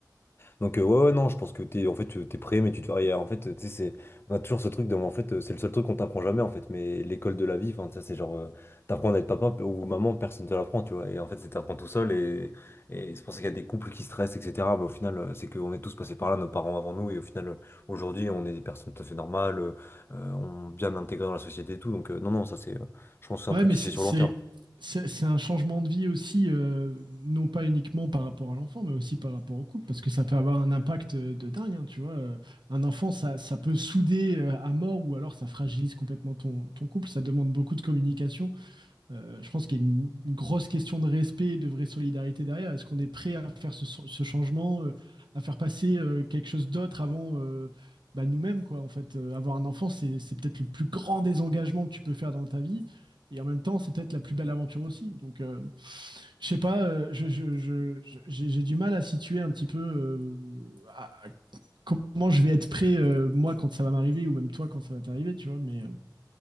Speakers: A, on the left; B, on the right.
A: donc euh, ouais, ouais, non, je pense que t'es, en fait, tu- t'es prêt, mais tu te fais rien. En fait, tu sais, c'est, on a toujours ce truc de, en fait, euh, c'est le seul truc qu'on t'apprend jamais, en fait, mais l'école de la vie, enfin, ça, c'est genre, euh, t'apprends à être papa p- ou maman, personne te l'apprend, tu vois, et en fait, c'est t'apprends tout seul et, et c'est pour ça qu'il y a des couples qui stressent, etc. Mais au final, euh, c'est qu'on est tous passés par là, nos parents avant nous, et au final, euh, aujourd'hui, on est des personnes tout à fait normales, euh, euh, on bien intégrées dans la société et tout, donc euh, non, non, ça, c'est, euh, je pense que c'est
B: Ouais,
A: un truc
B: mais
A: qui
B: c'est
A: se fait sur
B: c'est-
A: le long terme.
B: c'est- c'est un changement de vie aussi, euh, non pas uniquement par rapport à l'enfant, mais aussi par rapport au couple, parce que ça peut avoir un impact euh, de dingue, hein, tu vois. Euh, Un enfant, ça, ça peut souder euh, à mort, ou alors ça fragilise complètement ton, ton couple, ça demande beaucoup de communication. Euh, je pense qu'il y a une, une, grosse question de respect et de vraie solidarité derrière. Est-ce qu'on est prêt à faire ce, ce changement, euh, à faire passer euh, quelque chose d'autre avant euh, bah, nous-mêmes, quoi. En fait, euh, avoir un enfant, c'est, c'est peut-être le plus grand désengagement que tu peux faire dans ta vie. Et en même temps, c'est peut-être la plus belle aventure aussi. Donc, euh, je sais pas, euh, je, je- je- je- j'ai j'ai du mal à situer un petit peu euh, à comment je vais être prêt, euh, moi, quand ça va m'arriver, ou même toi, quand ça va t'arriver, tu vois. Mais euh,